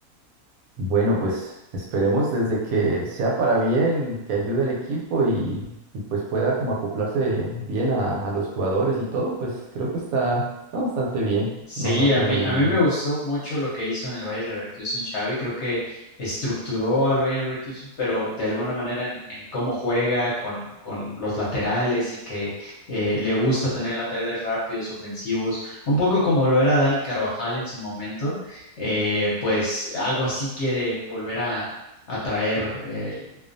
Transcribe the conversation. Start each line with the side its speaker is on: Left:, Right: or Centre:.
Right: Bueno, pues esperemos desde que sea para bien, que ayude al equipo y, y, pues pueda como acoplarse bien a, a los jugadores y todo, pues creo que está, está bastante bien.
Left: Sí,
Right: No, no tengo
Left: a mí,
Right: ningún
Left: a mí me gustó mucho lo que hizo en el Bayer Leverkusen Xavi. Creo que estructuró al Bayer Leverkusen, pero de alguna manera en, en cómo juega con, con los laterales y que eh, le gusta tener laterales rápidos, ofensivos, un poco como lo era Dani Carvajal en su momento. Eh, pues algo así quiere volver a, a traer el-